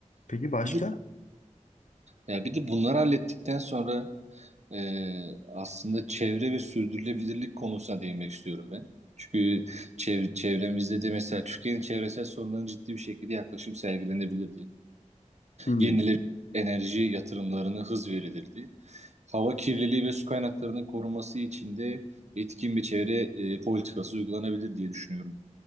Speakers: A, on the left; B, on the right.
A: Peki başka?
B: Bir de ya bir de bunları hallettikten sonra e, aslında çevre ve sürdürülebilirlik konusuna değinmek istiyorum ben. Çünkü çev- çevremizde de mesela Türkiye'nin çevresel sorunlarına ciddi bir şekilde yaklaşım sergilenebilirdi.
A: Hmm.
B: yenilenebilir enerji yatırımlarına hız verilirdi. Hava kirliliği ve su kaynaklarının korunması için de etkin bir çevre e, politikası uygulanabilir diye düşünüyorum.